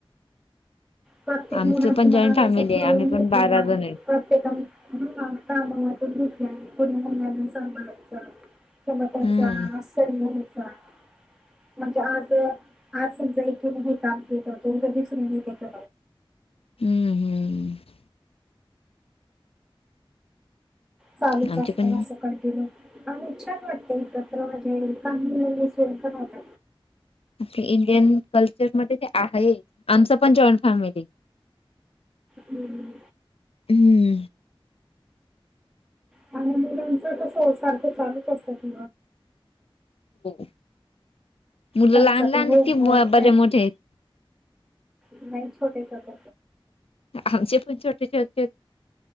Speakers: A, in the centre; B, on the left.
A: प्रत्येक
B: आमचं
A: मुनाच
B: पण जॉईंट
A: मना
B: फॅमिली
A: व अस ठेळून
B: आहे आम्ही
A: घेतलेला
B: पण बारा जण
A: आहे प्रत्येकाने ह का मला पण घेतल्या पुढ मुलांना सांगाच चमटांचा
B: हम्म
A: सरमणीचा म्हणजे आज आज समजा इथे काम घ दो ज दिवसून ह
B: हम्म हम्म
A: चालू
B: आमचे
A: असत
B: पण
A: अससं कनटीन्यू अ छान वाटते इकत्र म्हणजे का मुी सर पण होत
B: इंडियन कल्चरमध्ये ते आहे आमच पण जॉईंट फॅमिली
A: हम्म
B: हम्म
A: हा च त सारखं चालूच असतात
B: हो मुलं
A: त्यांचा
B: लहान
A: ते
B: लहान
A: होमवर्क
B: आहेत की
A: त्या
B: बर्या मोठे आहेत
A: नाही छोटे छोट
B: आमचे पण छोटे छोटते